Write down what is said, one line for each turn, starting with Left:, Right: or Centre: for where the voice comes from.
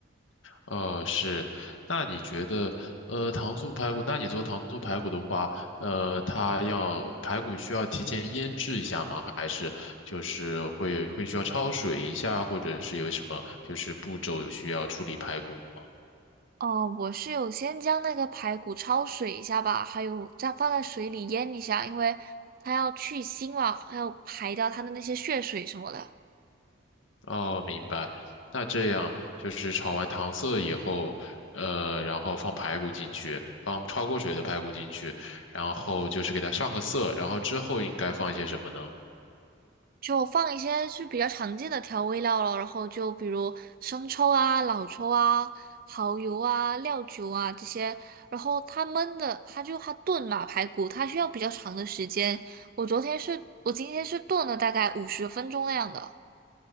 Left: 呃，是，那你觉得，呃，糖醋排骨，那你做糖醋排骨的话，呃，它要排骨需要提前腌制一下吗？还是就是会会需要焯水一下，或者是有什么就是步骤需要处理排骨吗？
Right: 哦，我是有先将那个排骨焯水一下吧，还有再放在水里腌一下，因为它要去腥嘛，还要排掉它的那些血水什么的。
Left: 哦，明白。那这样就是炒完糖色以后，呃，然后放排骨进去，放焯过水的排骨进去，然后就是给它上个色，然后之后应该放一些什么呢？
Right: 就放一些是比较常见的调味料了，然后就比如生抽啊、老抽啊、蚝油啊、料酒啊这些，然后它焖的，它就它炖嘛排骨，它需要比较长的时间。我昨天是，我今天是炖了大概五十分钟那样的。